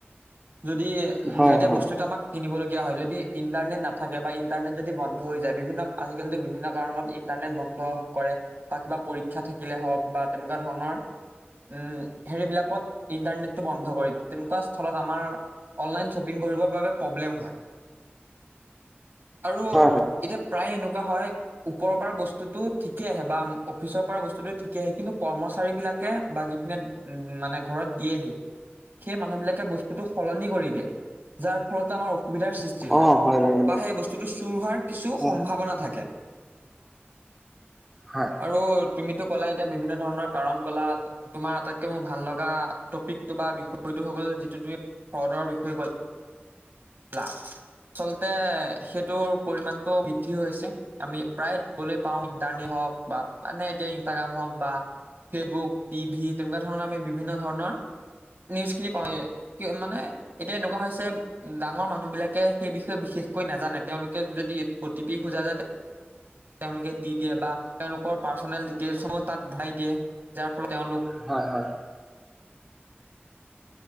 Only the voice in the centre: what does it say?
হয়
হয়
হয় হয়
অ বাৰু
দেই
হয়
হয়।
হয় হয়।